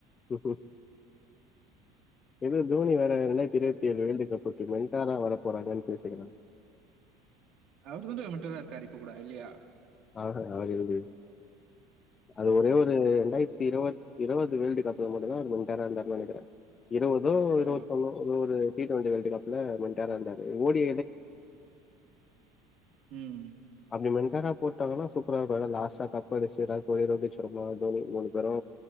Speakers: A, on the left; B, on the right.
A: உ ஏதோ தோனி வேற ரெண்டாயிரத்தி இருவத்தேழு வேர்ல்டு கப்க்கு வன்ட்டாரா வர போறாரான்னு பேசிகலா
B: அவருதான்டா மென்டரா இருக்காரு இப்ப கூட இல்லியா
A: ஆஹ அவரு அது ஒரே ஒரு ரெண்டாயிரத்தி இருவத் இருபது வேர்ல்டு கப்ல மட்டுதா அவரு மென்டாரா இருந்தார்னு நெனைக்கிற இருவதோ
B: ஓ
A: இருவத்தொண்ணோ ஒரு ஒரு டி டுவெண்டி வேர்ல்டு கப்ல மென்டாரா இருந்தாரு ஓ டி
B: ம்
A: அப்டி மென்டாராப் போட்டாங்கன்னா சூப்பரா இருக்கு ஏன்னா லாஸ்டா கப்படிச்சு விராட் கோலி ரோகித்சர்மா தோனி மூணு பேரு